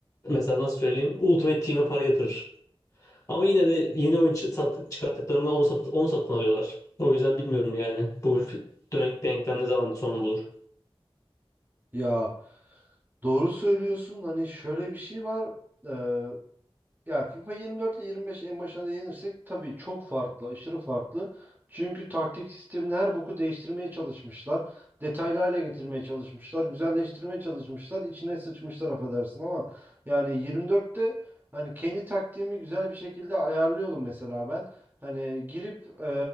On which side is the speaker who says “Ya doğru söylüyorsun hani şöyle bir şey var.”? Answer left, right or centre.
Right